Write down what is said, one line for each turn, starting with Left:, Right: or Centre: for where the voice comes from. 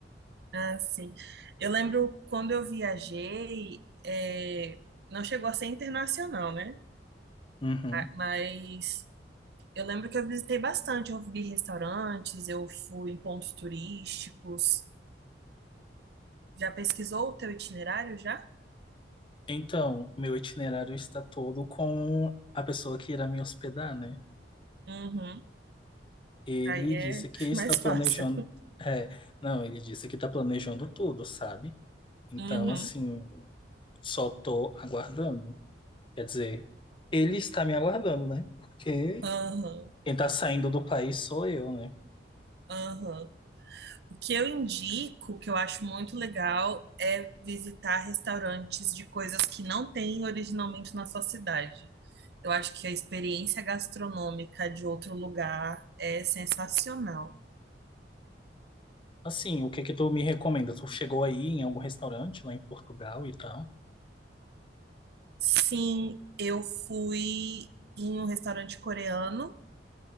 Right: Ah, sim. Eu lembro quando eu viajei, é, não chegou a ser internacional, né?
Left: Uhum.
Right: Mas eu lembro que eu visitei bastante. Eu vi restaurantes, eu fui em pontos turísticos. Já pesquisou o teu itinerário já?
Left: Então, meu itinerário está todo com a pessoa que irá me hospedar, né?
Right: Uhum.
Left: Ele
Right: Aí é
Left: disse que
Right: <laughs>
Left: está
Right: mais
Left: planejando.
Right: fácil.
Left: É, não, ele disse que está planejando tudo, sabe? Então,
Right: Uhum.
Left: assim, só tô aguardando. Quer dizer, ele está me aguardando, né? Porque
Right: Aham.
Left: quem tá saindo do país sou eu, né?
Right: Aham. O que eu indico, que eu acho muito legal, é visitar restaurantes de coisas que não tem originalmente na sua cidade. Eu acho que a experiência gastronômica de outro lugar é sensacional.
Left: Assim, o que que tu me recomenda? Tu chegou aí em algum restaurante lá em Portugal e tal?
Right: Sim, eu fui em um restaurante coreano.